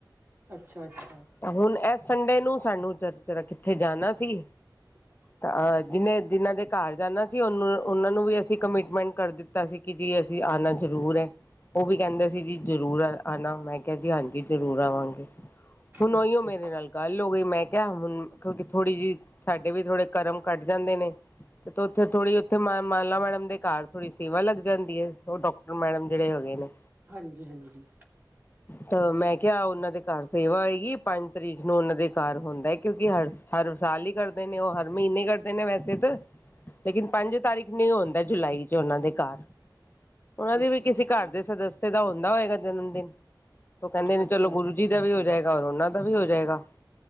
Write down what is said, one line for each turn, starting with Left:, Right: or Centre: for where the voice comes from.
Right: ਅੱਛਾ-ਅੱਛਾ।
Left: ਤਾਂ ਹੁਣ ਏਸ ਸੰਡੇ ਨੂੰ ਸਾਨੂੰ ਤਰ ਤਰਾਂ ਕਿੱਥੇ ਜਾਣਾ ਸੀ
Right: <inaudible>
Left: ਅਹ ਜਿਹਨੇ ਜਿਨ੍ਹਾਂ ਦੇ ਕਾਰ ਜਾਨਾ ਸੀ ਉਹਨੂੰ, ਉਹਨਾਂ ਨੂੰ ਵੀ ਅਸੀਂ ਕਮਿਟਮੈਂਟ ਕਰ ਦਿੱ ਤਾ ਸੀ ਕਿ ਜੀ ਅਸੀਂ ਆਣਾ ਜ਼ਰੂਰ ਹੈ। ਉਹ ਵੀ ਕੇਹੰਦੇ ਸੀ ਜੀ ਜਰੂਰ ਅ ਆਣਾ, ਮੈਂ ਕੇਆ ਜੀ ਹਾਂਜੀ ਜ਼ਰੂਰ ਆਵਾਂਗੇ। ਹੁਣ
Right: ਅੱਛਾ
Left: ਓਈਓ ਮੇਰੇ
Right: ਜੀ
Left: ਨਾਲ ਗੱਲ ਹੋ ਗਈ, ਮੈਂ ਕੇਹਾ ਹੁਣ ਕਿਉਂਕਿ ਥੋੜ੍ਹੀ ਜਿਹੀ ਸਾਡੇ ਵੀ ਥੋੜੇ ਕਰਮ ਕੱਟ ਜਾਂਦੇ ਨੇ। ਤੇ ਉੱਥੇ ਥੋੜੀ ਉੱਥੇ ਮ ਮਾਲਾ ਮੈਡਮ ਦੇ ਕਾਰ ਥੋੜੀ ਸੇਵਾ ਲਗ ਜਾਂਦੀ ਹੈ, ਉਹ ਡੋਕ ਮੈਡਮ ਜੇਹੜੇ ਹੈਗੇ ਨੇ।
Right: ਹਾਂਜੀ-ਹਾਂਜੀ।
Left: ਤ ਮੈਂ ਕੇਹਾ ਉਹਨਾਂ ਦੇ ਕਾਰ ਸੇਵਾ ਹੋਏਗੀ ਪਾਂਜ ਤਰੀਕ। ਹੁਣ ਉਹਨਾਂ ਦੇ ਕਾਰ ਹੁੰਦਾ ਹੈ ਕਿਉਂਕਿ ਹਰ ਸ ਹਰ ਸਾਲ ਹੀ ਕਰਦੇ ਨੇ ਉਹ, ਹਰ ਮਹੀਨੇ ਕਰਦੇ ਨੇ ਵੈਸੇ ਤ। ਲੇਕਿਨ ਪਾਂਜ ਤਾਰੀਖ ਨੂੰ ਹੀ ਹੁੰਦਾ ਏ ਜੁਲਾਈ ਚ ਉਹਨਾਂ ਦੇ ਕਾਰ। ਉਹਨਾਂ
Right: ਅੱਛਾ
Left: ਦੇ ਵੀ ਕਿਸੀ ਕਾਰ ਦੇ ਸਦੱਸਯ ਦਾ ਹੁੰਦਾ ਹੋਏਗਾ ਜਨਮ ਦਿਨ। ਤੇ ਉਹ ਕੇਹੰਦੇ ਨੇ
Right: ਅੱਛਾ
Left: ਚਲੋ ਗੁਰੂ
Right: ਅੱਛਾ
Left: ਜੀ ਦਾ ਵੀ ਹੋ ਜਾਏਗਾ ਔਰ ਉਹਨਾਂ ਦਾ ਵੀ ਹੋ ਜਾਏਗਾ।